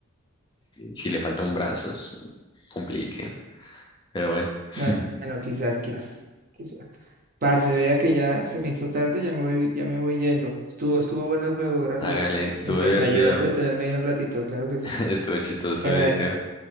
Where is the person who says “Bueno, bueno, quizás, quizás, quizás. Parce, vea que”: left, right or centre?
Right